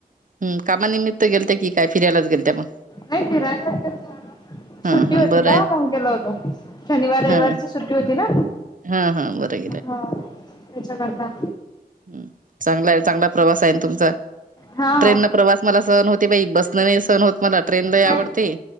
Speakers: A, on the right (about 55°); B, on the left (about 25°).
A: हम्म कामानिमित्त गेलत्या की काय फिरायलाचं गेलत्या मग
B: नाय फिरायला गेलतो आलो
A: हा
B: सुट्टी
A: हा
B: होती
A: बरं
B: तवा
A: आहे
B: मंग गेलो होतो. शनिवार रविवारची
A: हा
B: सुट्टी होती ना.
A: हा हा बरं
B: हा त्याच्याकरता
A: ह चांगला आहे चांगला प्रवास आहे नं तुमचा
B: हा हा
A: ट्रेन न प्रवास मला सहण होते बाई बसनं नाही सहण होत मला ट्रेन लय
B: नाही
A: आवडते.